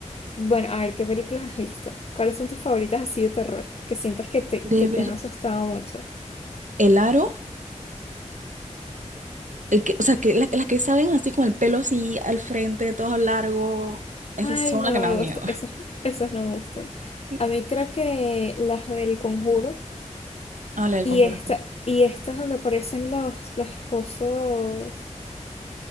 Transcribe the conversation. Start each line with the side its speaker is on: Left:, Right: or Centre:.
Left: Bueno, a ver, ¿qué películas has visto? ¿Cuáles son tus favoritas así de terror? Que sientas que te,
Right: De
Left: que te
Right: ver
Left: han asustado mucho.
Right: el aro, el que, o sea, que la- las que salen así con el pelo así al frente, todo largo, esas
Left: Ay,
Right: son
Left: no,
Right: las que
Left: no
Right: me
Left: me
Right: dan
Left: gustan.
Right: miedo.
Left: Esas, esas no me gustan.
Right: <laughs>
Left: A mí creo que las del Conjuro
Right: Ah, la del
Left: y
Right: Conjuración.
Left: esta, y estas donde aparecen los, los esposos.